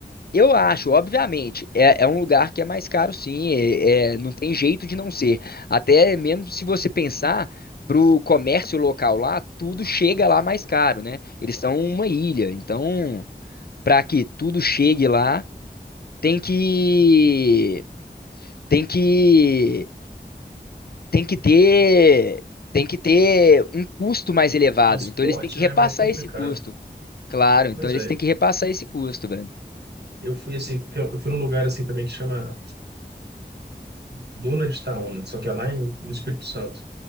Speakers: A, on the left (about 65°); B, on the right (about 75°).
A: Eu acho, obviamente, é, é um lugar que é mais caro, sim, é- é- não tem jeito de não ser. Até mesmo se você pensar para o comércio local lá, tudo chega lá mais caro, né? Eles são uma ilha, então para que tudo chegue lá, tem que tem que tem que ter tem que ter um custo mais elevado.
B: Transporte,
A: Então eles têm que
B: né?
A: repassar
B: é Mais complicado.
A: esse custo. Claro, então
B: Mas
A: eles
B: é,
A: têm que repassar esse custo, velho.
B: eu fui assim, tem- um, eu fui num lugar assim também que chama Duna de Itaúna, só que é lá em, no Espírito Santo.